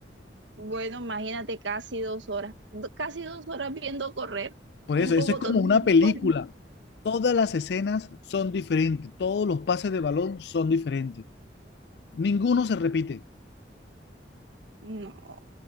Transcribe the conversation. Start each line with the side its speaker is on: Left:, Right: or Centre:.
Right: Bueno, imagínate casi dos horas, do- casi dos horas viendo correr
Left: Por
Right: un
Left: eso,
Right: poco
Left: eso es como
Right: de
Left: una
Right: tipos.
Left: película. Todas las escenas son diferentes, todos los pases de balón son diferentes. Ninguno se repite.
Right: No,